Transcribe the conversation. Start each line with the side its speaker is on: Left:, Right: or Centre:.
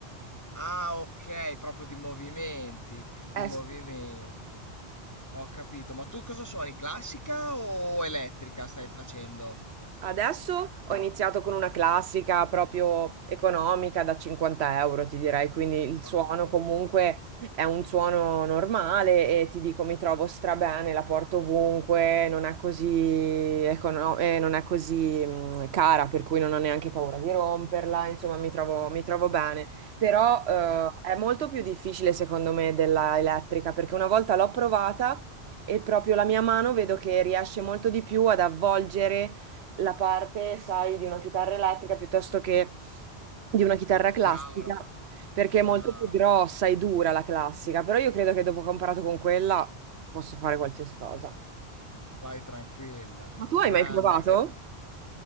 Left: Ah, ok, proprio di movimenti, di
Right: Eh
Left: movimenti.
Right: sì.
Left: Ho capito, ma tu cosa suoni? Classica o elettrica stai facendo?
Right: Adesso ho iniziato con una classica proprio economica da 50 euro, ti direi, quindi il
Left: Fatto
Right: suono
Left: bene.
Right: comunque è un suono normale e ti dico mi trovo strabene, la porto ovunque, non è così, econo- eh, non è così mh, cara, per cui non ho neanche paura di romperla, insomma mi trovo, mi trovo bene. Però eh,
Left: Certo.
Right: è molto più difficile secondo me della elettrica perché una volta l'ho provata e proprio la mia mano vedo che riesce molto di più ad avvolgere la parte, sai, di una chitarra elettrica piuttosto che di una chitarra classica,
Left: Chiaro,
Right: perché
Left: chiaro.
Right: è molto più grossa e dura la classica, però io credo che dopo che ho imparato con quella posso fare qualsiasi cosa.
Left: Vai tranquilla.
Right: Ma tu hai
Left: Grande,
Right: mai provato?
Left: grande.